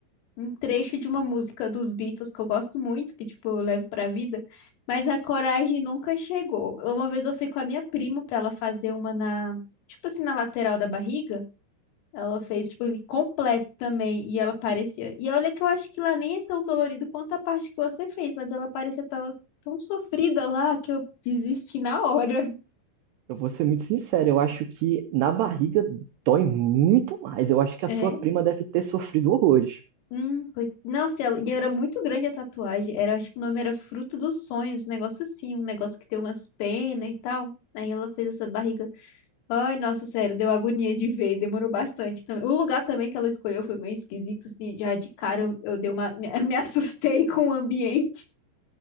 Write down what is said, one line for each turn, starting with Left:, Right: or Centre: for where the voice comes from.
Left: um trecho de uma música dos Beatles que eu gosto muito, que tipo, eu levo pra vida, mas a coragem nunca chegou. Uma vez eu fui com a minha prima pra ela fazer uma na, tipo assim, na lateral da barriga. Ela fez, tipo, ele completo também. E ela parecia. E olha que eu acho que lá nem é tão dolorido quanto a parte que você fez, mas ela parecia tão, tão sofrida lá que eu desisti na hora.
Right: Eu vou ser muito sincero, eu acho que na barriga dói muito mais. Eu acho que
Left: É.
Right: a sua prima deve ter sofrido horrores. <laughs>
Left: Hum, coi- Nossa, ela... e era muito grande a tatuagem. Era, acho que o nome era Fruto dos Sonhos, um negócio assim, um negócio que tem umas penas e tal. Aí ela fez essa barriga. Ai, nossa, sério, deu agonia de ver, demorou bastante também. O lugar também que ela escolheu foi meio esquisito, assim, já de cara eu, eu dei uma, me, <laughs> eu me assustei com o ambiente.